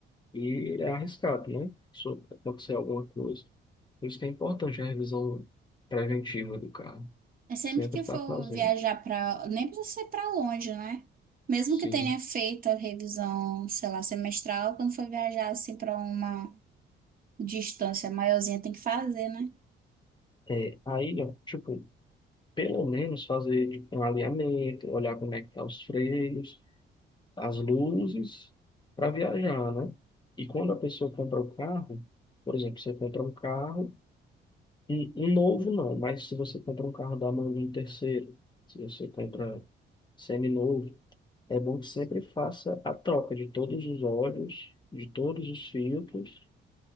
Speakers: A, on the left; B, on the right.
A: E é arriscado, né? Se acontecer alguma coisa. Por isso que é importante a revisão preventiva do carro.
B: É sempre
A: Sempre
B: que
A: está
B: for
A: fazendo.
B: viajar pra. Nem precisa ser pra longe, né? Mesmo
A: Sim.
B: que tenha feito a revisão, sei lá, semestral, quando for viajar assim pra uma distância maiorzinha, tem que fazer, né?
A: É, aí, ó, tipo, pelo menos fazer tipo, um alinhamento, olhar como é que tá os freios as luzes para viajar, né? E quando a pessoa compra o carro, por exemplo, você compra um carro, um, um novo não, mas se você compra um carro da mão de um terceiro, se você compra seminovo, é bom que sempre faça a troca de todos os óleos, de todos os filtros